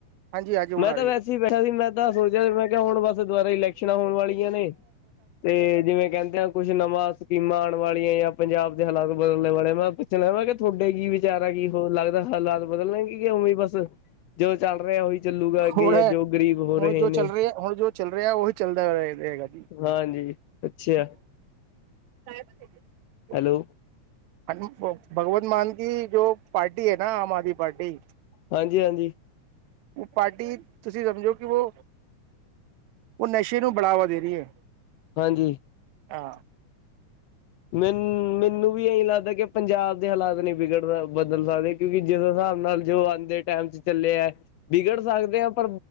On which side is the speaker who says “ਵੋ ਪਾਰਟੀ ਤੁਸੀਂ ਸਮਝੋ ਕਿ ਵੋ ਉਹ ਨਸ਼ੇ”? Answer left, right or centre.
Right